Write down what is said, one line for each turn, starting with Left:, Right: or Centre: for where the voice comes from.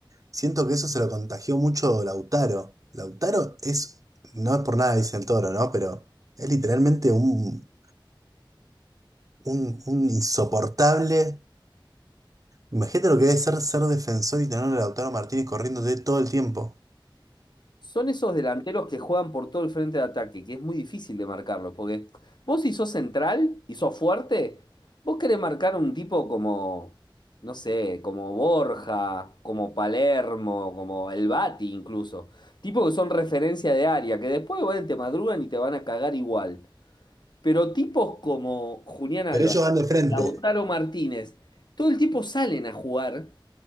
Right: siento que eso se lo contagió mucho Lautaro. Lautaro es, no es por nada, dice el toro, ¿no? Pero es literalmente un, un, un insoportable Imagínate lo que debe ser ser defensor y tener a Lautaro Martínez corriéndote todo el tiempo.
Left: Son esos delanteros que juegan por todo el frente de ataque, que es muy difícil de marcarlo, porque vos si sos central y sos fuerte, vos querés marcar un tipo como, no sé, como Borja, como Palermo, como el Bati incluso. Tipos que son referencia de área, que después, bueno, te madrugan y te van a cagar igual. Pero tipos como Julián Álvarez,
Right: Pero ellos van de frente.
Left: Lautaro Martínez, todo el tiempo salen a jugar.